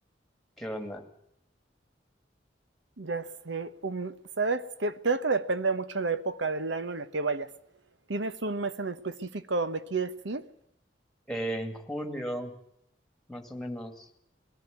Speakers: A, in the centre; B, on the right.
A: qué onda?
B: Ya sé, um, ¿sabes qué? Creo que depende mucho la época del año en la que vayas. ¿Tienes un mes en específico donde quieres ir?
A: en julio, más o menos.